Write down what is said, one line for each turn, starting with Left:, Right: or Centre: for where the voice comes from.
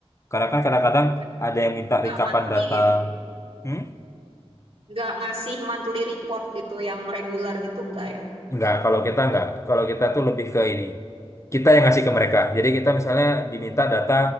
Left: Karena kan kadang-kadang
Right: obat
Left: ada yang minta
Right: nggak
Left: rekapan
Right: monthly
Left: data.
Right: gitu.
Left: Hmm?
Right: Nggak ngasih monthly report gitu yang regular gitu enggak ya?
Left: Enggak, kalau kita enggak, kalau kita tuh lebih ke ini. Kita yang ngasih ke mereka. Jadi kita misalnya diminta data